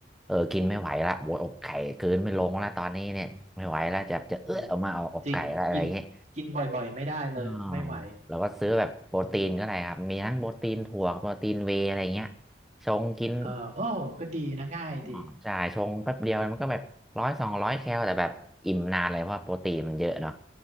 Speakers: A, in the centre; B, on the right.
A: เออกินไม่ไหวละโวยอกไก่เกืนไม่ลงละตอนนี้เนี่ยไม่ไหวละจะจะเอื้อออกมาเอาอกไก่ละอะไรเงี้ย
B: โอ้โหจริงกินกินบ่อยๆไม่ได้เลยไม่ไหว
A: อ๋อเราก็ซื้อแบบโปรตีนก็ได้ครับมีทั้งโปรตีนถั่วโปรตีนเวย์อะไรเงี้ย
B: อืม
A: ชงกิน
B: เออโอ้ก็ดีนะง่ายดี
A: อ๋อใช่ชงแป๊บเดียวมันก็แบบร้อยสองร้อยแคลแต่แบบอิ่มนานเลยเพราะว่าโปรตีนมันเยอะเนาะ